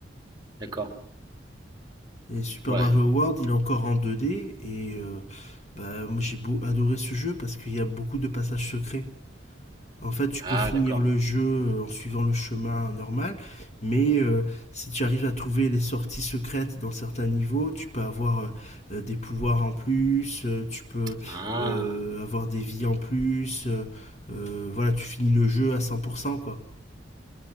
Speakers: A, on the right (about 20°); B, on the left (about 35°).
A: D'accord.
B: Et Super
A: Ouais.
B: Mario World, il est encore en 2D. Et euh, bah, moi, j'ai beau- adoré ce jeu parce qu'il y a beaucoup de passages secrets. En fait, tu
A: Ah,
B: peux finir
A: d'accord.
B: le jeu euh, en suivant le chemin normal, mais euh, si tu arrives à trouver les sorties secrètes dans certains niveaux, tu peux avoir euh, euh, des pouvoirs en plus, euh, tu peux
A: Ah.
B: euh, avoir des vies en plus. euh, euh, voilà, tu finis le jeu à 100%, quoi.